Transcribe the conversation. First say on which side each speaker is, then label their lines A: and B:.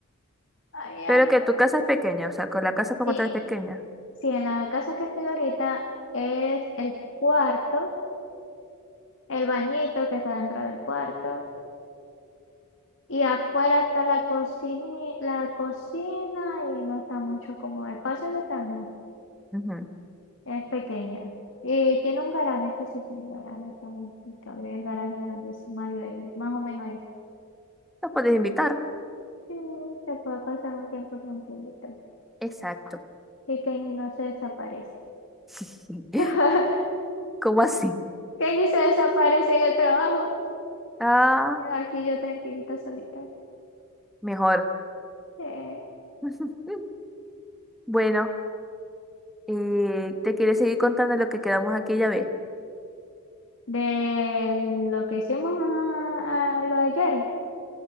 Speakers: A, on the left; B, in the centre.
A: Ay, ay.
B: Pero que tu casa es pequeña, o sea, con la casa como
A: Sí.
B: tal es pequeña.
A: Sí, en la casa que estoy ahorita es el cuarto, el bañito que está dentro del cuarto. Y afuera está la cocina, la cocina y no está mucho como espacio de estar, no.
B: Ujú.
A: Es pequeña. Y tiene un garaje, eso sí tiene garaje, claro. y cabe el garaje grande de su marido ahí, más o menos ahí.
B: ¿Los puedes invitar.
A: Sí, se puede pasar un tiempo tranquilito.
B: Exacto.
A: Y Kenny no se desaparece.
B: <laughs>
A: <laughs>
B: ¿Cómo así?
A: Kenny se desaparece en el trabajo.
B: Ah,
A: quedo Aquí yo tranquilita, solita.
B: mejor.
A: De,
B: <laughs> Bueno. Eh, ¿te quieres seguir contando lo que quedamos aquella vez?
A: de lo que hicimos a, a lo de ayer.